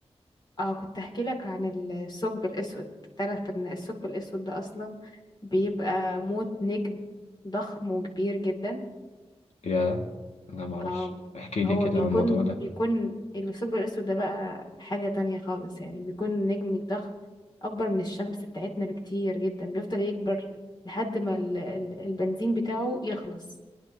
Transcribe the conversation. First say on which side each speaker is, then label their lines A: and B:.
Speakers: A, on the left (about 40°); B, on the left (about 80°).
A: اه كنت هحكي لك عن الثقب الأسود تعرف إن الثقب الأسود ده أصلا بيبقى موت نجم ضخم وكبير جدا
B: يا لا ما اعرفش
A: اه
B: احكي لي
A: هو
B: كده
A: بيكون
B: عن الموضوع ده
A: بيكون الثقب الأسود ده بقى حاجة تانية خالص يعني بيكون نجم ضخم أكبر من الشمس بتاعتنا بكتير جدا بيفضل يكبر لحد ما ال- ال- البنزين بتاعه يخلص